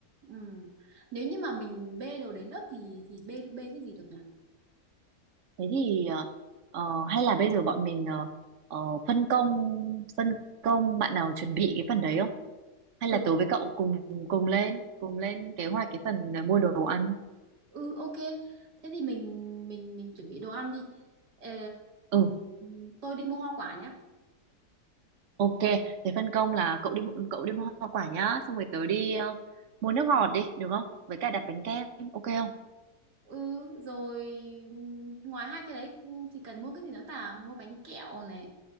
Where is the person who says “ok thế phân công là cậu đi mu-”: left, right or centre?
Right